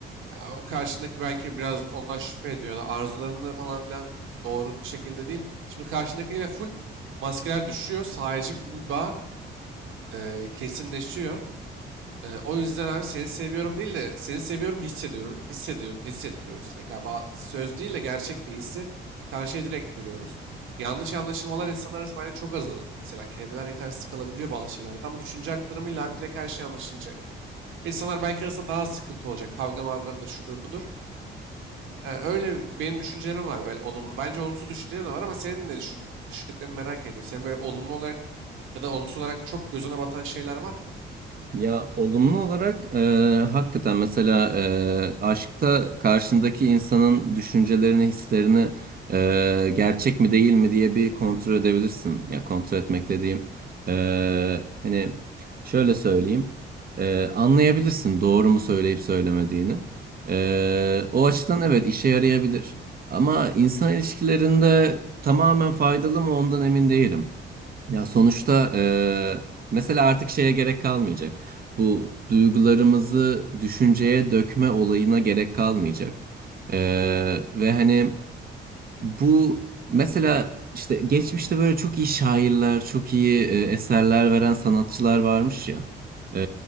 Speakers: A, on the right; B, on the right.
A: Ya o karşındaki belki biraz ondan şüphe ediyor da arzularını falan filan doğru bir şekilde değil. Şimdi karşındakiyle full maskeler düşüyor. Sadece bir bağ e, kesinleşiyor. E, o yüzden abi seni seviyorum değil de seni seviyorum hissediyoruz. Hissediyor, hissettiriyoruz. E, galiba söz değil de gerçek bir hissi karşıya direkt veriyoruz. Yanlış anlaşılmalar insanlar arasında bence çok azalır. Mesela kelimeler yetersiz kalabiliyor bazı şeylerde ama düşünce aktarımıyla abi direkt her şey anlaşılacak. İnsanlar belki arasında daha az sıkıntı olacak. Kavga mavgadır, şudur budur. Ee, öyle benim düşüncelerim var böyle olumlu. Bence olumsuz düşüncelerim de var ama senin de düşün, düşündüklerini merak ediyorum. Senin böyle olumlu olarak ya da olumsuz olarak çok gözüne batan şeyler var mı?
B: Ya olumlu olarak e, hakikaten mesela e, aşkta karşındaki insanın düşüncelerini, hislerini e, gerçek mi değil mi diye bir kontrol edebilirsin. Ya kontrol etmek dediğim e, hani şöyle söyleyeyim E, anlayabilirsin doğru mu söyleyip söylemediğini. E, o açıdan evet işe yarayabilir. Ama insan ilişkilerinde tamamen faydalı mı ondan emin değilim. Ya sonuçta eee, mesela artık şeye gerek kalmayacak. Bu duygularımızı düşünceye dökme olayına gerek kalmayacak. Eee, ve hani bu mesela işte geçmişte böyle çok iyi şairler, çok iyi e, eserler veren sanatçılar varmış ya. E,